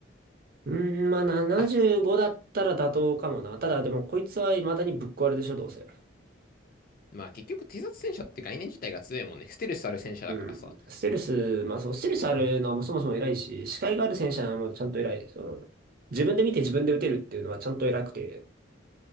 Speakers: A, on the right; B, on the left.
A: うん、まあ75だったら妥当かもな。
B: あ、
A: ただでもこいつは未だにぶっ壊れでしょ、どうせ。
B: まあ結局偵察戦車って概念自体が強いもんね。ステルスある戦車だからさ。
A: うん。ステルス、まあそう、ステルスあるのはそもそも偉いし、視界がある戦車もちゃんと偉い。その、自分で見て自分で撃てるっていうのはちゃんと偉くて。